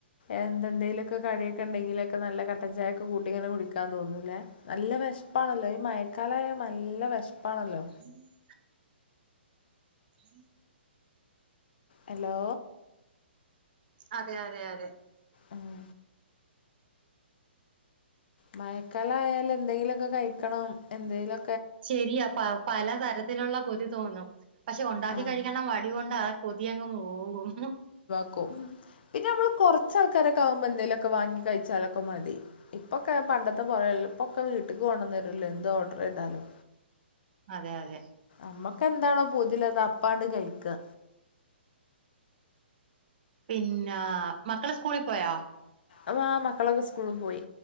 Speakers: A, on the left; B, on the right.
A: എന്തന്തെലൊക്കെ കടിയൊക്കെ ണ്ടെങ്കിലൊക്കെ നല്ല കട്ടൻ ചായൊക്കെ കൂട്ടിങ്ങനെ കുടിക്കാ തോന്നൂല്ലേ. നല്ല വെഷ്പ്പാണല്ലോ ഈ മഴക്കാലായ നല്ല വെഷ്പ്പാണല്ലോ.
B: <inaudible> <inaudible>
A: ഹലോ
B: അതെ അതെ അതെ
A: ഉം മയക്കാലായാലെന്തെലൊക്കെ കഴിക്കണം. എന്തെലൊ
B: ശെരിയാ പഹ് പല തരത്തിലുള്ള കൊതി തോന്നും. പക്ഷെ ഒണ്ടാക്കി
A: ആഹ്
B: കഴിക്കണ മടി കൊണ്ടാകൊതിയങ്ങ് മോവും.
A: ക്കും പിന്നെമ്മള് കൊറച്ചൾക്കാരൊക്കാവുമ്പോ എന്തേലൊക്കെ വാങ്ങി കഴിച്ചാലൊക്കെ മതി. ഇപ്പൊക്കെ പണ്ടത്തെ പോലെല്ലപ്പൊക്കെ വീട്ട്ക്ക് കൊണ്ടന്ന ര്‌ല്ലെ എന്ത് ഓർഡ്രയ്താലും.
B: അതെ അതെ
A: അമ്മക്കെന്താണോ പൂതിള്ളത് അപ്പാണ്ട് കഴിക്ക.
B: പിന്നാ മക്കള് സ്കൂളി പോയോ?
A: അവാ മക്കളൊക്കെ സ്കൂള് പോയി.